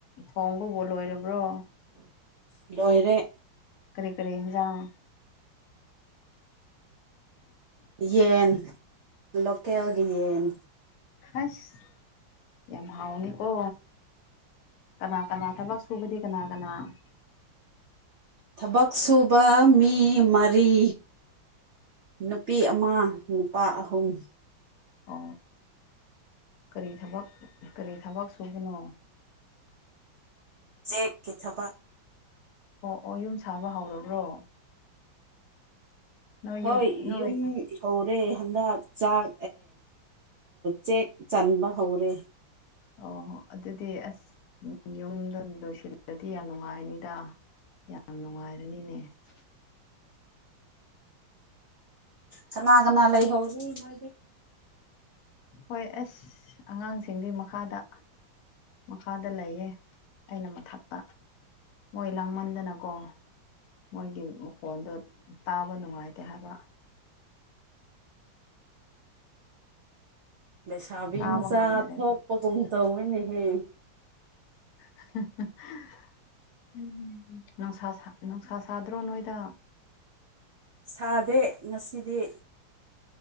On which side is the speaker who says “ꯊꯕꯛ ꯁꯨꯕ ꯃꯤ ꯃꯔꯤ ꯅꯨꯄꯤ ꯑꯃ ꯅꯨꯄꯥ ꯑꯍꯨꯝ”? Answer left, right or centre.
Right